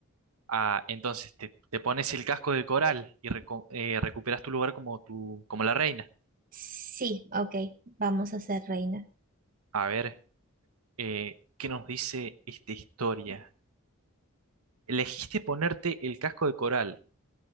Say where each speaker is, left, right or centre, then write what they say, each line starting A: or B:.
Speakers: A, on the right; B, on the right.
A: Ah, entonces te, te pones el casco de coral y reco- eh, recuperas tu lugar como, tu, como la reina.
B: Sí, ok, vamos a ser reina.
A: A ver, eh, ¿qué nos dice esta historia? Elegiste ponerte el casco de coral.